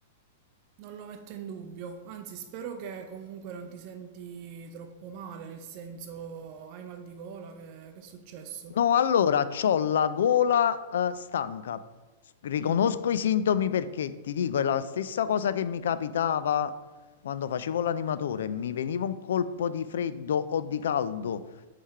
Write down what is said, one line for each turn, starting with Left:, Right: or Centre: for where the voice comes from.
Right: non lo metto in dubbio, anzi spero che comunque non ti senti troppo male, nel senso hai mal di gola, che, che è successo?
Left: No, allora, c'ho la gola, eh, stanca. S- Riconosco
Right: Mm,
Left: i sintomi perché ti dico, è la stessa cosa che mi capitava quando facevo l'animatore. Mi veniva un colpo di freddo o di caldo